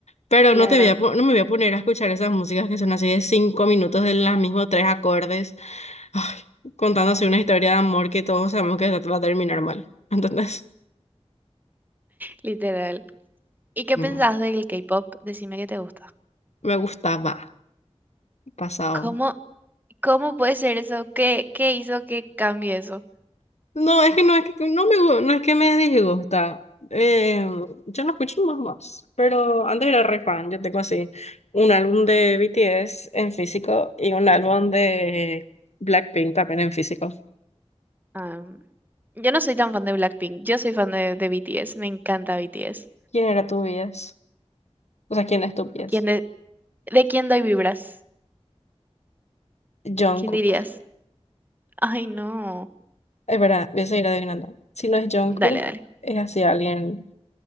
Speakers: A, on the left; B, on the right.
A: Pero
B: Claro,
A: no te voy a, po- no me voy a poner a escuchar esas músicas que son así de cinco minutos de los mismos tres acordes, ay, contándose una historia de amor que todos sabemos que va a terminar mal. <laughs> ¿Entendés?
B: literal. ¿Y qué
A: No,
B: pensás del K-pop? Decime que te gusta.
A: me gustaba, pasado.
B: ¿Cómo? ¿Cómo puede ser eso? ¿Qué, qué hizo que cambie eso?
A: No, es que no es que no me gu- no es que me disgusta. Eh, yo no escucho más más, pero antes era re fan. Yo tengo así un álbum de BTS en físico y un álbum de Blackpink también en físico.
B: Am, yo no soy tan fan de Blackpink, yo soy fan de, de BTS, me encanta BTS.
A: ¿Quién era tu bias? O sea, ¿quién es tu bias?
B: ¿Quién de, de quién doy vibras?
A: Jungkook.
B: ¿Quién dirías? Ay, no.
A: Es verdad, voy a seguir adivinando. Si no es Jungkook,
B: Dale, dale.
A: es así alguien